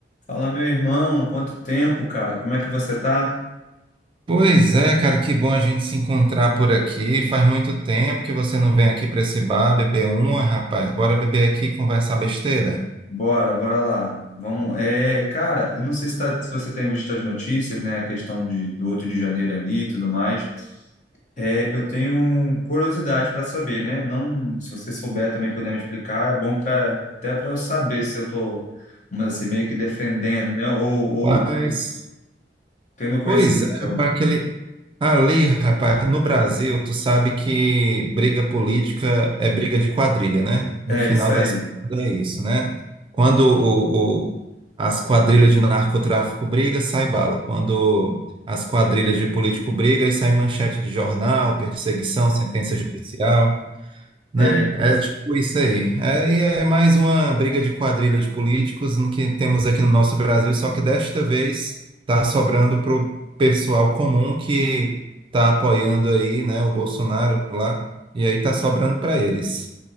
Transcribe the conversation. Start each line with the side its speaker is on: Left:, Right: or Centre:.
Left: Fala, meu irmão, quanto tempo, cara? Como é que você tá?
Right: Pois é, cara, que bom a gente se encontrar por aqui. Faz muito tempo que você não vem aqui para esse bar beber uma, rapaz. Bora beber aqui e conversar besteira?
Left: Bora, bora lá. Vamos. É, cara, eu não sei se, tá- se você tem visto as notícias, né? A questão de, do 8 de janeiro ali e tudo mais. É, eu tenho curiosidade para saber, né? Não, se você souber também puder me explicar, é bom para até para eu saber se eu tô, vamos dizer assim, meio que defendendo, né? Ou,
Right: Rapaz.
Left: ou tendo conhecimento
Right: Pois é,
Left: sobre.
Right: rapaz, aquele... ali, rapaz, no Brasil, tu sabe que briga política é briga de quadrilha, né? No
Left: É
Right: final
Left: isso aí.
Right: das contas é isso, né? Quando o, o- as quadrilhas de narcotráfico briga, sai bala. Quando as quadrilhas de político briga, aí sai manchete de jornal, perseguição, sentença judicial. Né?
Left: É
Right: É
Left: isso.
Right: tipo isso aí. É, e é mais uma briga de quadrilha de políticos no que temos aqui no nosso Brasil, só que desta vez está sobrando para o pessoal comum que está apoiando aí, né, o Bolsonaro lá, e aí está sobrando para eles.